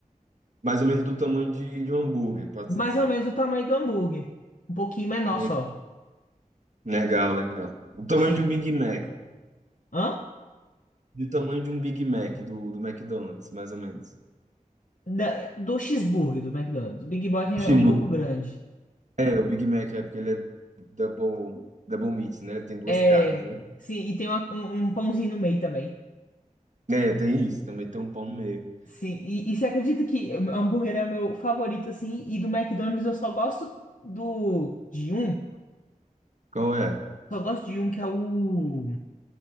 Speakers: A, on the right; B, on the left.
A: mais ou menos do tamanho de, de um hambúrguer, pode-se
B: Mais
A: dizer.
B: ou menos o tamanho do hambúrguer. Um pouquinho menor
A: Le-
B: só.
A: Legal, legal. O tamanho
B: Sim.
A: de um Big Mac.
B: Hã?
A: Do tamanho de um Big Mac do, do McDonald's, mais ou menos.
B: Da- do cheeseburger do McDonald's. O Big Mac é
A: O cheeseburger.
B: um pouco grande.
A: É, o Big Mac é porque ele é double, double meat, né? Tem duas
B: É.
A: carnes, né?
B: Sim, e tem uma- um, um pãozinho no meio também.
A: É, tem isso. Também tem um pão no meio.
B: Sim, e, e você acredita que hambúrguer é meu favorito, assim, e do McDonald's eu só gosto do de um,
A: Qual é?
B: só gosto de um que é o,